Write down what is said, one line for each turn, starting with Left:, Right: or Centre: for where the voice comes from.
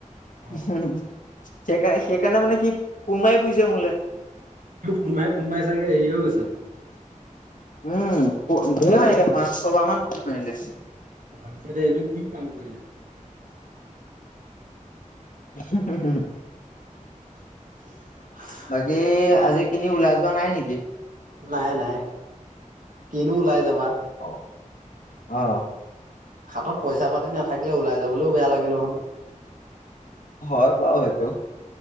Right: অ
Left: সেইকাৰ সেইকাৰণে মানে কি কোমাই ফূৰিছে মোলে।
Right: তোকফোন মাৰি ফোন মাৰি চাগে হেৰি হৈ গৈছে।
Left: উম, ধেৰ মাৰিলে পাঁচ ছবাহ মান ফোন আহিলে।
Right: ভাবিছে দে এইটো কি কাম কৰিলে।
Left: হ'ম উম, হ'ম।
Right: <unintelligible>
Left: বাকী আজি কিনি ওলাই যোৱা নাই নেকি?
Right: নাই, নাই, কিনো ওলাই যাবা।
Left: অ' অ'
Right: হাতত পইচা পাতি নাথাকিলে। ওলায় যাবলৈও বেয়া লাগে নহয়।
Left: হয় বাৰু সেইটো।